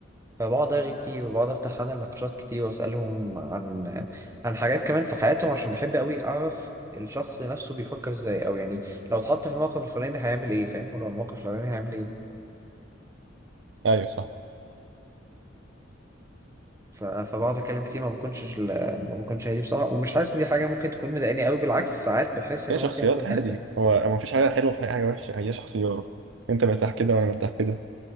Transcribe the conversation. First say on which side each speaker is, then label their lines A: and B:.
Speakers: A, on the right; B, on the right.
A: فبقعد ارغي كتير وبقعد افتح انا نقاشات كتير واسالهم عن عن حاجات كمان في حياتهم عشان بحب قوي اعرف الشخص نفسه بيفكر ازاي او يعني لو اتحط في الموقف الفلاني هيعمل ايه فاهم ولو الموقف الفلاني هيعمل ايه
B: ايوه صح
A: ف- فبقعد اتكلم كتير ما بكونش ال- ما بكونش هادي بصراحه ومش حاسس ان دي حاجه ممكن تكون مضايقاني قوي بالعكس ساعات بحس ان
B: هي
A: ممكن
B: شخصيات
A: اكون
B: عادي
A: اهدى
B: هو هو مفيش حاجه حلوه في أي حاجه وحشه هي شخصيات انت مرتاح كده وانا مرتاح كده